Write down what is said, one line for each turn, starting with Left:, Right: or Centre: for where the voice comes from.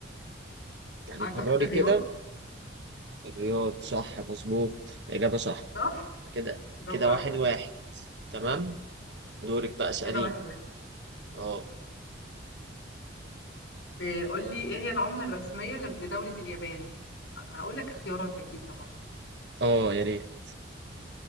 Right: يعني
Left: اعتقد
Right: قرري
Left: الرياض
Right: كده الرياض صح مظبوط إجابة صح
Left: صح
Right: كده
Left: برافو
Right: كده
Left: عليك
Right: واحد واحد تمام دورك بقى اسأليني
Left: كده واحد واحد
Right: اه
Left: آه، قول لي ايه هي العملة الرسمية ل- لدولة اليابان هقول لك اختيارات اكيد طبعا
Right: اه يا ريت